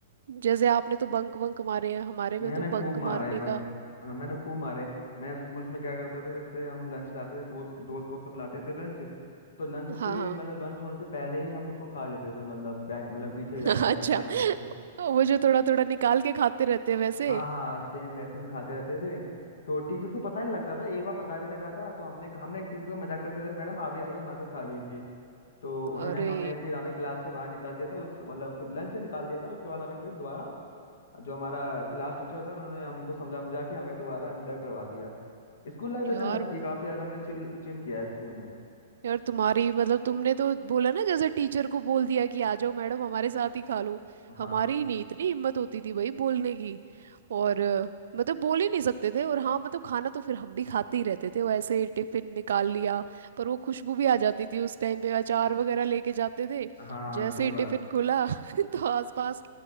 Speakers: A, on the right; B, on the left.
A: जैसे आपने तो बंक वंक मारे हैं हमारे में
B: मैंने
A: तो
B: खूब
A: बंक
B: मारे
A: मारने
B: हैं बंक
A: का
B: हाँ मैंने खूब मारे हैं मैं स्कूल्स में क्या करता था जैसे हम लंच लाते थे दोस्त दोस्त लोग सब लाते थे लंच तो लंच
A: हाँ
B: के
A: हाँ
B: मतलब लंच होने से पहले ही हम उसको खा लेते थे मतलब बैग मतलब पीछे
A: <laughs>
B: जाके बैठ
A: अच्छा
B: के खा लेते थे
A: वो जो थोड़ा थोड़ा निकाल के खाते रहते हैं वैसे
B: हाँ हाँ सेम वैसे हम खाते रहते थे तो टीचर को पता नहीं लगता था एक बार पता भी लगा था तो हमने हमने टीचर को मजाक करते थे मैडम आप भी आइए हमारे साथ खा लीजिए तो उन्होंने
A: अरे
B: हमें फिर हमें क्लास से बाहर निकाल दिया था उस मतलब फिर लंच से निकाल दिया था उसके बाद हमें फिर दोबारा जो हमारा क्लास टीचर था उन्होंने हमको समझा समझा के हमें दोबारा अंदर करवा दिया स्कूल लाइफ
A: यार
B: वैसे मस्त थी काफी ज्यादा हमने चिल चिल किया है स्कूल में
A: यार तुम्हारी मतलब तुमने तो बोला ना जैसे टीचर को बोल दिया कि आ जाओ मैडम हमारे साथ ही खा लो
B: हाँ
A: हमारी नहीं इतनी हिम्मत होती थी भाई बोलने की और अ, मतलब बोल ही नहीं सकते थे और हाँ मतलब खाना तो फिर हम भी खाते ही रहते थे वो ऐसे टिफिन निकाल लिया पर वो खुशबू भी आ जाती थी उस टाइम पे अचार वगैरह लेके जाते थे
B: हाँ हाँ
A: जैसे
B: सही
A: ही
B: बात
A: टिफिन खुला <laughs> तो आसपास